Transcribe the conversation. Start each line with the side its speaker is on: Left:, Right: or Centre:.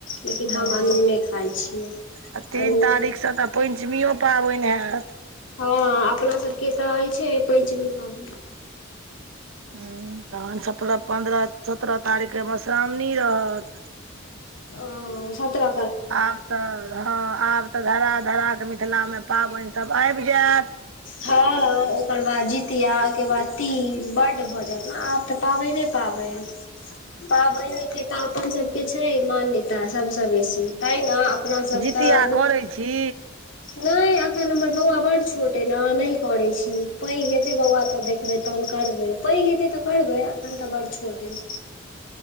Left: लेकिन
Right: हँ
Left: हम अनूने खाइ छियै
Right: आ तीन
Left: अनूने
Right: तारीखसँ तऽ पञ्चमियो पाबनि हैत।
Left: हँ अपना सबके तऽ अइछै पञ्चमी पाबनि।
Right: ह्म तहन सत्रह पन्द्रह सत्रह तारीखके मधुश्रावणी रहत।
Left: ओ सत्रहके
Right: आब तऽ हँ आब तऽ धराक धराकके मिथिलामे पाबनिसभ आबि जायत।
Left: हँ ओकर बाद जितिया ओहिके बाद तीज बड्ड भ जायत ने आब त पाबनि पाबनि पाबनिके तऽ अपन सबके छै मान्यता। तऽ सभसँ बेसि तैहि न अपनासभ
Right: जितिया
Left: तऽ
Right: करै छी
Left: नहि अखन हमर बौआ बढ छोट कैना- नहि करै छी पैघ हेतै बौआ तऽ देखबै तहन करबै पैघ हेतै तऽ करबै। एखन तऽ बढ छोट अइ।